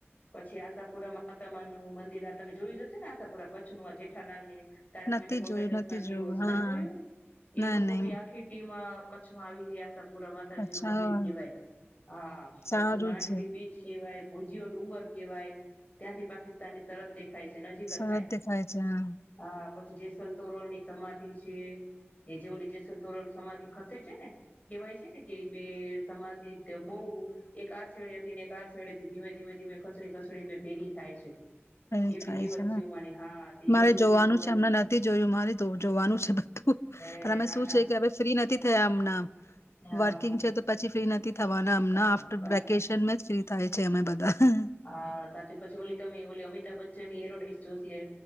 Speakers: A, on the left; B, on the left.
A: પછી હુંરાપુરા માતમણ મંદિર આ તમે જોઈ જશે ને આશાપુરા કચ્છનું આ જેઠાલાલ ની તારક
B: નથી
A: મહેતા ગુલ
B: જોયું
A: <unintelligible>
B: નથી
A: દિવસ
B: જોયું
A: નધ
B: હા
A: જોયું એ
B: ના
A: લોકો
B: નહી
A: બી આખી ટીમ કચ્છમાં આવી ગયા સ પુરા માતાજી
B: અચ્છા
A: નું મંદિર
B: હા,
A: કવાય હા
B: સારું
A: પછી માંડવી
B: છે
A: બીચ કેવાય ભુજીઓ ડુંગર કહેવાય ત્યાંથી પાકિસ્તાન ની સરરદ દેખાય છે. નજીક જ
B: સરસ
A: થાય.
B: દેખાય છે હા
A: હા. પછી જેસલતોરલ ની સમાધિ છે, એ જે ઓલી જેસલતોરલ સમાધિ <unintelligible> <unintelligible> છે ને કહેવાય છે ને કે ઈ બે સમાધિ તો બહું એક આ છેડીયા થી ને એક આ છેડેથી ધીમે-ધીમે-ધીમે ખસડી-ખસડી ભેગી થાય છે.
B: અ
A: એવી
B: થાય
A: કેવત
B: છે,
A: માની હા એ
B: મારે
A: બધું
B: જોવાનું
A: જોવા
B: છે,
A: જો
B: હમણા નથી જોયું મારે જોવાનું છે બધું
A: એને
B: પણ અમે
A: ના
B: શું
A: ના
B: છે, કે હવે ફ્રી નથી થ મ ના
A: હા
B: વર્કિંગ છે, તો પછી ફ્રી નથી. થવાના અમના
A: હા
B: આફ્ટર વેકેશન જ થાય છે, અમે બધા હં
A: હા સાચું. પછી ઓલી તમે ઓલી અમિતાભ બચ્ચનની એડવડાઈસ જોશે,